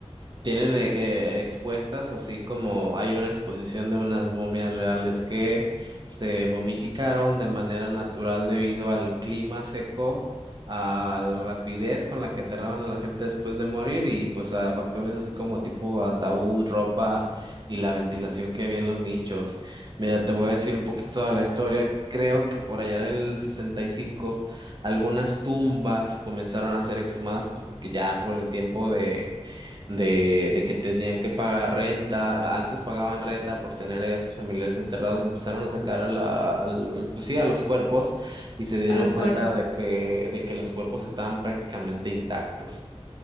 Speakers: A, on the right; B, on the left.
A: Tienen eh, eh, expuestas, así como hay una exposición de unas momias reales que se momificaron de manera natural debido al clima seco, a la rapidez con la que enterraban a la gente después de morir y pues a factores así como tipo ataúd, ropa y la ventilación que había en los nichos. Mira, te voy a decir un poquito de la historia. Creo que por allá del 65 algunas tumbas comenzaron a ser exhumadas, pues porque ya por el tiempo de de, de que tenían que pagar renta, antes pagaban renta por tener ahí a sus familiares enterrados, empezaron a sacar a la, al- pues sí, a los cuerpos y se dieron
B: A los
A: cuenta
B: cuerpos.
A: de que, de que los cuerpos estaban prácticamente intactos.